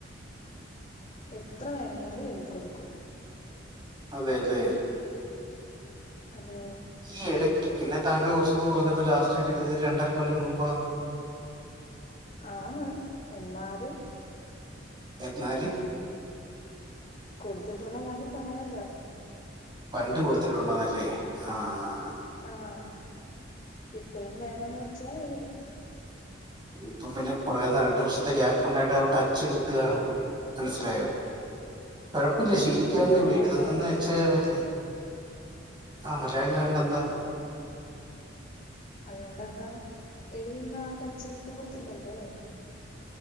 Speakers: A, on the left; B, on the right.
A: എത്ര വേണേലും എഴ്തി കൊടുക്കും
B: അതെല്ലേ
A: അതെ
B: ഈ എടയ്ക്ക് പിന്നെ താങ്കൾ കൊറച്ച് കൊറഞ്ഞതാ ലാസ്റ്റ് ഇട്ടിട്ടിത് രണ്ടര കൊല്ലം മുമ്പാന്ന്
A: ആന്ന് എന്നാലും
B: എന്നാല്
A: കൊട്ത്തിട്ട്ഇള്ള കാര്യം പറയാലോ
B: പണ്ട് കൊട്ത്തിട്ടുണ്ടന്നല്ലേ ആഹ് ആഹ്
A: ആഹ് ഇപ്പഴും വേണംന്ന് വെച്ചാ എഴ്തും
B: ഇപ്പൊ പിന്നെ കൊറേന്ന രണ്ടു വർഷത്തെ ഗ്യാപ്പ് ഉണ്ടായോണ്ടാവും ടച്ച് വിട്ട്കാണും മനസ്സിലായോ കാെഴപ്പം ഇല്ല
A: ഓ
B: ശീലിക്കാവുന്നേയൊള്ളു
A: നമ്മൾ മലയാളികളല്ലേ
B: എഴ്ത് ന്നെന്ന് വെച്ചാ അല്ലേ ആഹ് മലയാളികള് ആയോണ്ടെന്താ
A: അതുകൊണ്ടെന്താ എഴ്ത് ന്നാ ആ ടെച്ച് വിട്ടുപോവത്തില്ലല്ലോ